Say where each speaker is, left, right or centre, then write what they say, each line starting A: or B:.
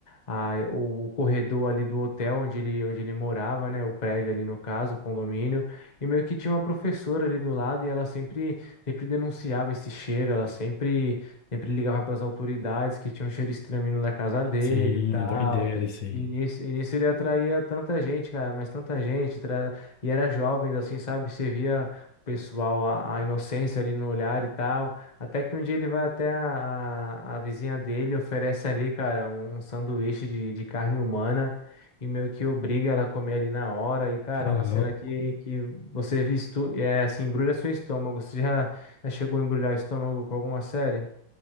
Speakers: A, on the left (about 25°); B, on the left (about 70°).
A: a- o, o corredor ali do hotel onde ele, onde ele morava, né, o prédio ali no caso, o condomínio, e meio que tinha uma professora ali do lado e ela sempre, sempre denunciava esse cheiro, ela sempre, sempre ligava para as autoridades que tinha um cheiro estranho vindo da casa dele
B: Sim,
A: e tal.
B: doideira isso aí.
A: E nisso, e nisso ele atraía tanta gente, cara, mas tanta gente, tra- e era jovem, assim, sabe? Você via o pessoal, a, a inocência ali no olhar e tal. Até que um dia ele vai até a, a, a vizinha dele, oferece ali, cara, um, um sanduíche de, de carne humana e meio que obriga ela a comer ali na hora. E, cara,
B: Tá
A: é uma
B: louco.
A: cena que, que você visto, é assim, embrulha seu estômago. Você já, já chegou a embrulhar o estômago com alguma série?